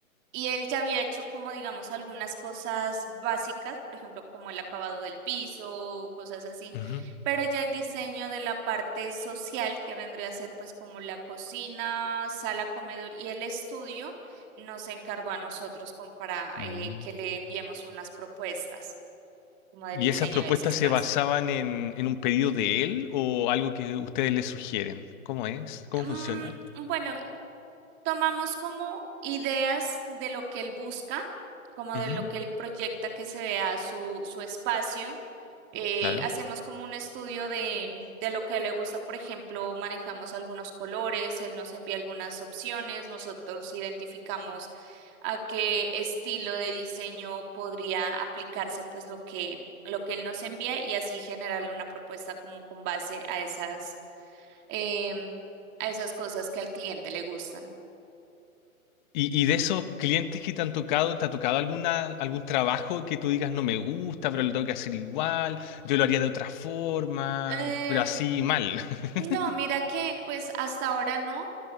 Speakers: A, on the right (about 25°); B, on the left (about 35°).
A: Y él ya había hecho como, digamos, algunas cosas básicas, por ejemplo, como el acabado del piso, cosas así,
B: ujú.
A: pero ya el diseño de la parte social, que vendría a ser pues como la cocina, sala, comedor y el estudio, nos encargó a nosotros como para
B: Mm.
A: eh, que le enviemos unas propuestas como del
B: ¿Y
A: diseño
B: esas propuestas
A: de ese espacio.
B: se basaban en, en un pedido de él o algo que ustedes le sugieren? ¿Cómo es? ¿Cómo
A: Mm,
B: funciona?
A: bueno, tomamos como ideas de lo que él busca, como
B: Ujú,
A: de lo que él proyecta que se vea su, su espacio. Eh,
B: Claro.
A: hacemos como un estudio de, de lo que a él le gusta, por ejemplo, manejamos algunos colores, él nos envía algunas opciones, nosotros identificamos a qué estilo de diseño podría aplicarse pues lo que, lo que él nos envía y así generarle una propuesta como con base a esas, em, a esas cosas que al cliente le gustan.
B: Y, y de esos clientes que te han tocado, ¿te ha tocado alguna, algún trabajo que tú digas no me gusta, pero lo tengo que hacer igual? Yo lo haría de otra forma,
A: Eh,
B: pero así mal.
A: no, mira
B: <laughs>
A: que pues hasta ahora no.